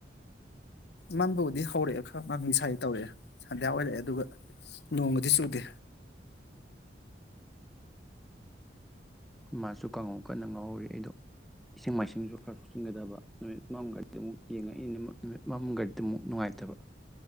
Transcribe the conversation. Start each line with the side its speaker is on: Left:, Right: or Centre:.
Left: ꯃꯪꯕꯥꯕꯨꯗꯤ ꯍꯧꯔꯛꯑꯦ ꯈꯔ ꯃꯃꯤ ꯁꯥꯔꯤ ꯇꯧꯔꯛꯑꯦ ꯁꯟꯗ꯭ꯌꯥ ꯑꯣꯏꯔꯛꯑꯦ ꯑꯗꯨꯒꯥ ꯅꯣꯡꯒꯥꯗꯤ ꯆꯨꯗꯦ
Centre: ꯎꯝ ꯃꯥꯁꯨ ꯀꯥꯡꯉꯧ ꯀꯟꯅꯥ ꯉꯥꯎꯍꯧꯔꯤ ꯑꯩꯗꯣ ꯏꯁꯤꯡ ꯃꯥꯏꯁꯤꯡꯁꯨ ꯈꯔ ꯁꯣꯛꯆꯤꯟꯒꯥꯗꯕ ꯅꯨꯃꯤꯠ ꯃꯝꯒ꯭ꯔꯗꯤ ꯑꯃꯨꯛ ꯌꯦꯡꯉꯛꯏꯅꯦ ꯅꯨꯃꯤꯠ ꯃꯝꯒ꯭ꯔꯗꯤ ꯑꯃꯨꯛ ꯅꯨꯡꯉꯥꯏꯇꯦ ꯐꯠꯇꯥꯕ